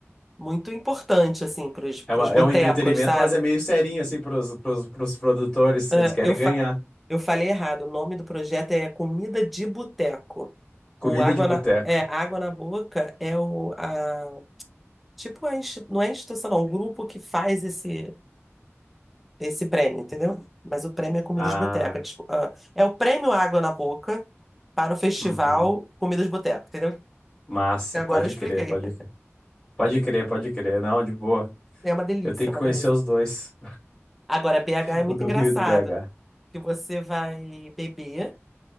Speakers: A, in the centre; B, on the left.
A: muito importante, assim, pros, pros
B: É, uma-
A: botecos,
B: é um entretenimento,
A: sabe?
B: mas é meio serinho, assim, pros, pros, pros produtores.
A: É,
B: Eles querem
A: eu, fa...
B: ganhar.
A: eu falei errado. O nome do projeto é Comida de Boteco.
B: Comida
A: O água
B: de boteco.
A: na... É, água na boca é o, a- Tipo, a insti- não é instituição, não, o grupo que faz esse, esse prêmio, entendeu? Mas o prêmio é comida
B: Ah.
A: de boteca. tipo, ah, é o prêmio Água na Boca para o festival
B: Uhum.
A: Comida de Boteca, entendeu?
B: Massa,
A: E Agora
B: pode
A: eu expliquei.
B: crer, pode
A: <laughs>
B: crer. Pode crer, pode crer. Não, de boa.
A: É uma delícia,
B: Eu tenho
A: é
B: que
A: uma
B: conhecer
A: delícia.
B: os dois,
A: Agora, BH
B: <laughs>
A: é muito
B: o do
A: engraçado,
B: Rio e do BH.
A: que você vai beber